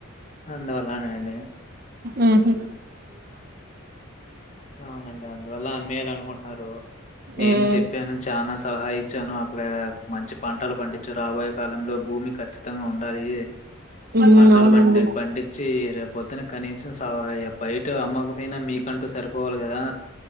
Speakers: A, on the left; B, on the right.
A: అందువల్లనే అండి
B: ఊహు
A: అవునండి అందువల్ల అమ్మేయాల అనుకుంటున్నారు నేను
B: మ్మ్
A: చెప్పాను చాలా సహా ఇ వచ్చాను అక్కడ మంచి పంటలు పండించు రాబోయే కాలంలో భూమి ఖచ్చితంగా ఉండాలి
B: మ్మ్
A: పంటలు
B: అవునండి
A: పండి పండించి రేపు పొద్దున కనీసం సవయ బైట్ అమ్మ పోయినా మీకంటూ సరిపోవాలి కదా